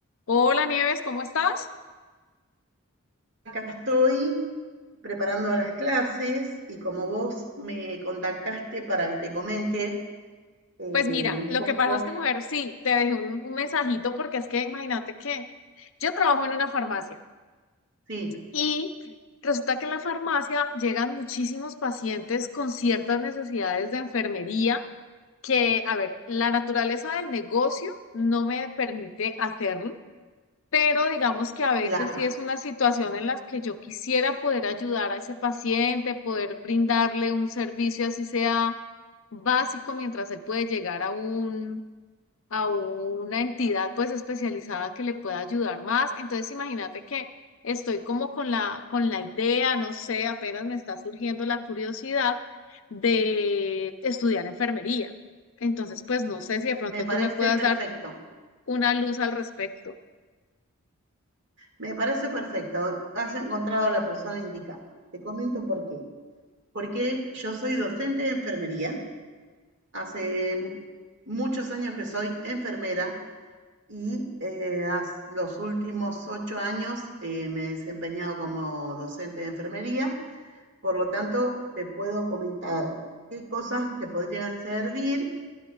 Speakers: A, on the left; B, on the right.
A: Hola Nieves, ¿cómo estás?
B: acá estoy preparando las clases y como vos me contactaste para que te comente eh,
A: Pues mira,
B: un
A: lo
B: poco,
A: que pasa es que, mujer, sí, te dejé un, un mensajito porque es que imagínate que yo trabajo en una farmacia
B: sí,
A: y resulta que en la farmacia llegan muchísimos pacientes con ciertas necesidades de enfermería que, a ver, la naturaleza del negocio no me permite hacerlo, pero digamos que a veces
B: claro,
A: sí es una situación en la que yo quisiera poder ayudar a ese paciente, poder brindarle un servicio así sea básico mientras él puede llegar a un, a una entidad pues especializada que le pueda ayudar más. Entonces imagínate que estoy como con la, con la idea, no sé, apenas me está surgiendo la curiosidad de estudiar enfermería. Entonces, pues no sé si de pronto
B: me parece
A: tú me puedas
B: perfecto,
A: dar una luz al respecto.
B: me parece perfecto, has encontrado a la persona indicada. Te comento por qué. Porque yo soy docente de enfermería, hace muchos años que soy enfermera y eh, los últimos ocho años eh, me he desempeñado como docente de enfermería Por lo tanto, te puedo comentar qué cosas te podrían servir